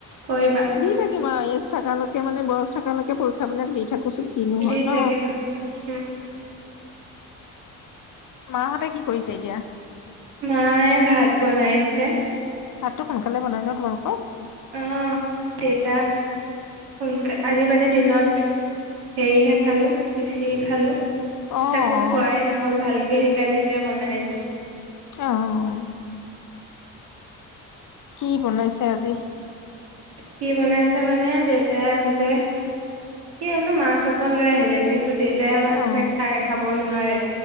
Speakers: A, on the right; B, on the left.
A: কৰিব বা
B: দি থাকিম এজ থাকালকে মানে বয়স থাকালৈকে পৰীক্ষা বিিলাক দি থাকে কচোন কিনো হয়
A: দি
B: ন
A: থাকিবা। উম
B: মাহঁতে কি কৰিছে এতিয়া
A: মায়ে ভাত বনাইছে
B: ভাতটো সোনকালে বনাই ন তোমালোকৰ
A: আহ দেউতা সোনকাল আজি মানে দিনত সেইহে খালো খিঁচি খালো
B: অ অ
A: তাকো খুৱাই নহল ভালকে সেইিকণেতিয়া বনাই দিছ
B: আহ কি বনাইছে আজি
A: কি বনাইছে মানে দেউতাই আহোঁতে কি আনো মাছ অকন লৈ আহিলে কিন্তু দেউত টাই মাছ
B: অ',
A: নাখায় খাব নোৱাৰে